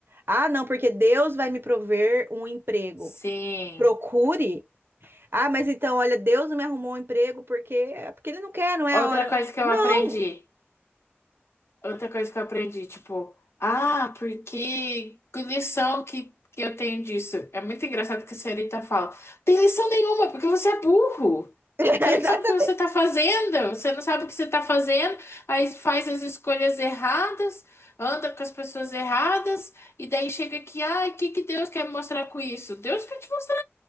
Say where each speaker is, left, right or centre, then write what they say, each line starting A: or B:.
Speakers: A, on the right (about 55°); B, on the left (about 75°).
A: Ah, não, porque Deus vai me prover um emprego.
B: Sim.
A: Procure. Ah, mas então, olha, Deus não me arrumou um emprego porque é porque ele não quer, não é
B: Outra
A: a hora.
B: coisa que eu
A: Não,
B: aprendi. Outra coisa que eu aprendi, tipo, ah, porque que lição que, que eu tenho disso? É muito engraçado que a senhorita fala, tem lição nenhuma, porque você é burro.
A: <laughs>
B: Você não sabe o que você tá fazendo,
A: Exatamente.
B: você não sabe o que você tá fazendo, aí faz as escolhas erradas, anda com as pessoas erradas, e daí chega aqui, ai, o que que Deus quer me mostrar com isso? Deus quer te mostrar